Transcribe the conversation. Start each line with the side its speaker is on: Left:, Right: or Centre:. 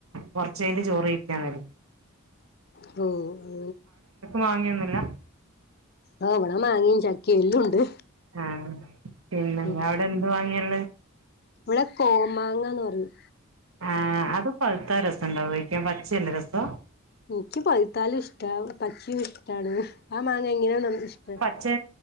Right: കൊറച്ചു കൈഞ്ഞ് ചോറ് കഴിക്കാൻ വരും
Left: ഹോ ഹോ
Right: മാങ്ങയോനുല
Left: ആഹ് ഇിവിടെ മാങ്ങ ചക്ക എല്ലാം ഉണ്ട്
Right: ആഹ പിന്നെ നിങ്ങളാട
Left: ഉം
Right: എന്ത് മാങ്ങയുളെ
Left: ഇവിടെ കോമാങ്ങ എന്ന് പറയും
Right: ആ അത് പഴുത്ത രസം ഉണ്ടാവെകൊ പച്ചയല്ലെ രസം
Left: എനിക്ക് പയ്ത്താലും ഇഷ്ടാ പച്ചയും ഇഷ്ടാണ് ആ മാങ്ങ എങ്ങനെയാ ഇഷ്ട
Right: പച്ചേ